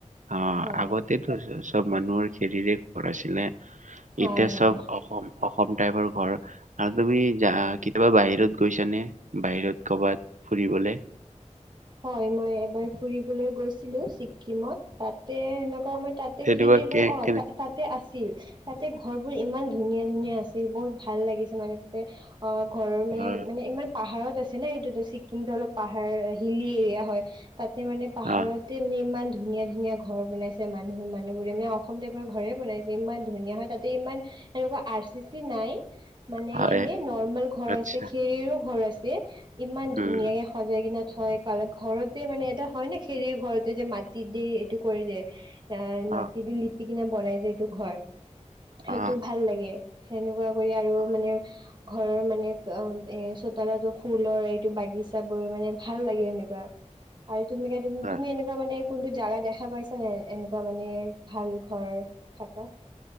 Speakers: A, on the right (about 80°); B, on the right (about 35°).
A: অ
B: হয়
A: আগতেতো চব। মানুহৰ খেৰিৰে। ক'ত আছিলে
B: হয়
A: এতিয়া
B: হয়
A: চব অসম টাইপৰ। ঘৰ আৰু তুমি যা কেতিয়াবা বাহিৰত গৈছানে বাহিৰত ক'ৰবাত ফুৰিবলৈ।
B: হয় মই এবাৰ ফুৰিবলৈ গৈছিলো ছিক্কিমত তাতে এেনেকুৱা ম তাতে
A: তেনেকুৱা
B: খি দি বোৰ
A: কে
B: অ
A: কেনে
B: তাতে আছে। ছিল তাতে ঘৰবোৰ ইমান ধুনীয়া ধুনীয়া আছিল বহুত ভাল লাগিছে মানে তাতে অ ঘৰৰ মানে
A: হয়
B: মানে ইমান পাহাৰত আছে না এইটোতো চিক কিন্তু অলপ পাহাৰ বুলিএৰিয়া হয়। তাতে মানে পাহাৰতে
A: অ
B: মানে ইমান ধুনীয়া ধুনীয়া ঘৰ বনাইছে। মানুহ মানুহবোৰে এনে অসমতে ঘৰে বনাইছে ইমান ধুনীয়া হয়, তাতে ইমান সেনেকুৱা আৰ চি চি নাই। মানে
A: হয়
B: এনে নৰৰ্মেল ঘৰ
A: আচ্ছা
B: আছে, খেৰীৰো ঘৰ আছ চে ইমান
A: উম
B: ধুনীয়াকে সজাই কিনে হয় কাৰ ঘৰতে মানে এটা হয় নে, খেৰীৰ ঘৰতে যে মাটি দে এইটো কৰে যে। আ, মাটিদি
A: অ
B: লি দি কেনে বনাই যে এইটো ঘৰ।
A: অ
B: সেইটো ভাল লাগে। সেনেকুৱা কৰি আৰু
A: অ
B: মানে ঘৰৰ মানে অ', এ চোতালতো ফুলৰ এইটো বাগিচা বোৰ মানে ভাল লাগে সেনেকুৱা, আৰু তুমি <unintelligible>
A: হয়
B: তুমি এনেকুৱা মানে কোনটো জাগা দেখা পাইছা নাই? এনেকুৱা মানে ভাল ঘৰ থাকা।